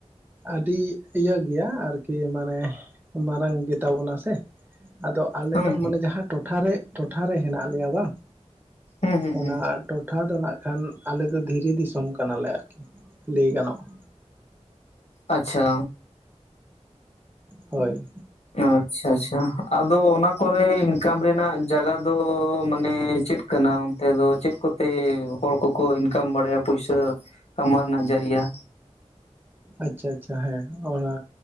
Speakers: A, on the right (about 15°); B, on the left (about 65°).
A: ᱟᱹᱰᱤ ᱤᱭᱟᱹ ᱜᱮᱭᱟ ᱟᱨᱠᱤ ᱢᱟᱱᱮ ᱢᱟᱨᱟᱝ ᱜᱮᱛᱟᱵᱚᱱᱟ ᱥᱮ ᱟᱫᱚ ᱟᱞᱮ
B: ᱦᱩᱸ
A: ᱫᱚ ᱢᱟᱱᱮ ᱡᱟᱦᱟᱸ ᱴᱚᱴᱷᱟ ᱨᱮ ᱴᱚᱴᱷᱟ ᱨᱮ ᱦᱮᱱᱟᱜ ᱞᱮᱭᱟ ᱵᱟᱝ
B: ᱦᱩᱸ ᱦᱩᱸ
A: ᱚᱱᱟ
B: ᱦᱩᱸ
A: ᱴᱚᱴᱷᱟ ᱫᱚ ᱱᱟᱜ ᱠᱷᱟᱱ ᱟᱞᱮᱫᱚ ᱫᱷᱤᱨᱤ ᱫᱤᱥᱚᱢ ᱠᱟᱱᱟᱞᱮ ᱟᱨᱠᱤ ᱞᱟᱹᱭ ᱜᱟᱱᱚᱜᱼᱟ
B: ᱟᱪᱪᱷᱟ
A: ᱦᱳᱭ
B: ᱟᱪᱪᱷᱟ ᱟᱪᱪᱷᱟ ᱟᱫᱚ ᱚᱱᱟ ᱠᱚᱨᱮ ᱤᱱᱠᱟᱢ ᱨᱮᱱᱟᱜ ᱡᱟᱜᱟ ᱫᱚ ᱢᱟᱱᱮ ᱪᱮᱫᱼᱼ ᱠᱟᱱᱟ ᱚᱱᱛᱮ ᱫᱚ ᱪᱮᱫ ᱠᱚᱛᱮ ᱦᱚᱲ ᱠᱚᱠᱚ ᱤᱱᱠᱟᱢ ᱵᱟᱲᱟᱭᱟ ᱯᱩᱭᱥᱟᱹ ᱟᱢᱟᱜ ᱱᱚᱡᱟᱹᱨᱤᱭᱟ
A: ᱟᱪᱪᱷᱟ ᱟᱪᱪᱷᱟ ᱦᱮᱸ ᱚᱱᱟ